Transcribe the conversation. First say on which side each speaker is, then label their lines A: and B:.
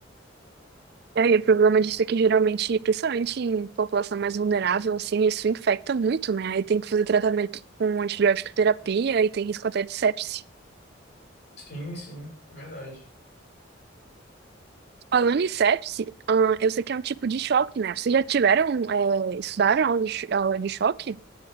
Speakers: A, on the right (about 55°); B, on the left (about 60°).
A: É, E aí, o problema disso é que geralmente, principalmente em população mais vulnerável, assim, isso infecta muito, né? Aí tem que fazer tratamento com antibiótico terapia e tem risco até de sepse.
B: Sim, sim, é verdade.
A: Falando em sepse, ahn, eu sei que é um tipo de choque, né? Vocês já tiveram, é, estudaram aula de, cho- aula de choque?